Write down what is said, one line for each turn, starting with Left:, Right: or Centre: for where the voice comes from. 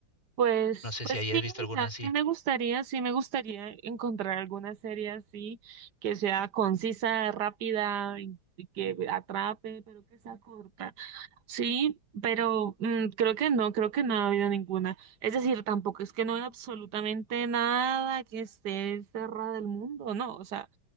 Right: pues,
Left: No sé
Right: pues
Left: si hayas
Right: sí,
Left: visto alguna
Right: o sea,
Left: así.
Right: sí me gustaría, sí me gustaría encontrar alguna serie así, que sea concisa, rápida, y y que atrape, pero que sea corta. Sí, pero mm, creo que no, creo que no ha habido ninguna. Es decir, tampoco es que no hay absolutamente nada que esté cerrada del mundo, no, o sea,